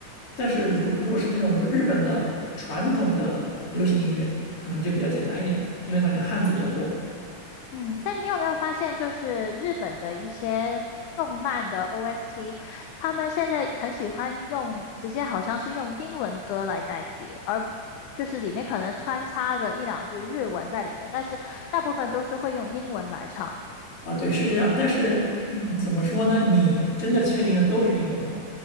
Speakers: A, on the left; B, on the left.
A: 但是如如果是那种日本的传统的流行音乐，可能就比较简单一点，因为它里面汉字比较多
B: 嗯，但你有没有发现，就是日本的一些动漫的 OST，他们现在很喜欢用，直接好像是用英文歌来代替，而就是里面可能穿插着一两句日文在里面，但是大部分都是会用英文来唱。
A: 啊。对，是这样。但是嗯，怎么说呢？你真的确定的都是英文吗？